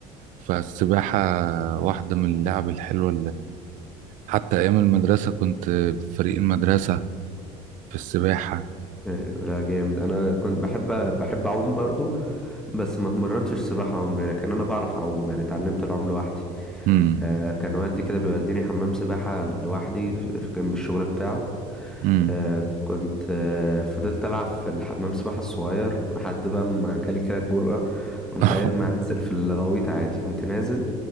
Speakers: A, on the right; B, in the centre.
A: فالسباحة واحدة من اللعب الحلوة حتى أيام المدرسة كنت في فريق المدرسة في السباحة
B: ايوه لا جامد انا كنت بحب بحب اعوم برضو بس ما اتمرنتش سباحة عمري لكن انا بعرف اعوم يعني اتعلمت العوم لوحدي
A: امم
B: آه، كان والدي كده بيوديني حمام سباحة لوحدي في في جنب الشغل بتاعه
A: امم
B: آه كنت آه فضلت ألعب في الحمام سباحة الصغير لحد بقى ما جالي كده الجرأة قمت
A: <laughs>
B: قايل ما أنزل في الغويط عادي قمت نازل